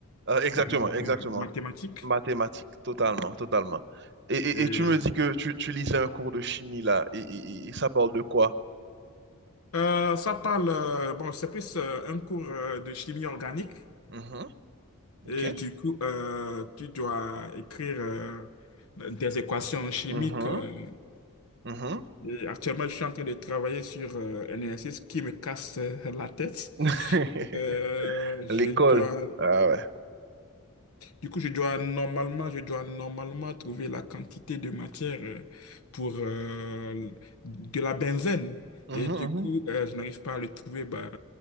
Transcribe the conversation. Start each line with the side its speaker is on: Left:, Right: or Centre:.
Right: ah, exactement,
Left: euh,
Right: exactement.
Left: mathématique.
Right: Mathématiques, totalement, totalement. Et, et-
Left: Et,
Right: et tu me dis que tu, tu lisais un cours de chimie là, et, et- et ça parle de quoi?
Left: euh, ça parle, euh, bon, c'est plus euh, un cours euh, de chimie organique.
Right: Mhm, ok.
Left: Et du coup, euh, tu dois écrire euh, des équations chimiques.
Right: Mhm,
Left: euh,
Right: mhm.
Left: et actuellement, je suis en train de travailler sur euh, un exercice qui me casse euh, la tête.
Right: <laughs>
Left: Euh, je
Right: L'école.
Left: dois,
Right: Ah ouais.
Left: du coup, je dois normalement, je dois normalement trouver la quantité de matière euh, pour euh, de la benzène.
Right: Mhm,
Left: Et du
Right: mhm,
Left: coup, euh, je n'arrive pas à le trouver. Bah,